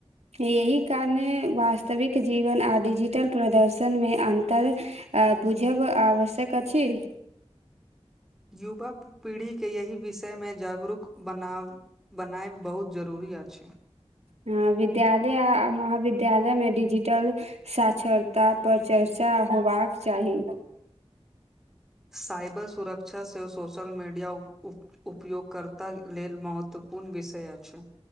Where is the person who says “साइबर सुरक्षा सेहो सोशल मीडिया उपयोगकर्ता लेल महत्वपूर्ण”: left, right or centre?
Centre